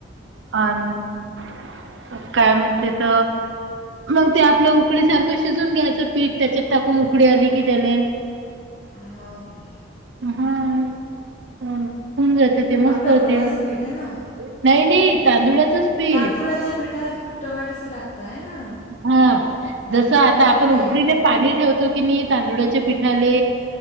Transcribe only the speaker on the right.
अ काय म्हणते त मग ते आपलं उकडी सारखं शिजून घ्यायचं पीठ त्याच्यात टाकून उकडी आली की त्याले -- ह
हा <unintelligible>
होते
नाही. नाही. तांदुळाचंच पीठ
हा जसं आता
आपण उकडीले पाणी ठेवतो की नही तांदुळाच्या पिठाले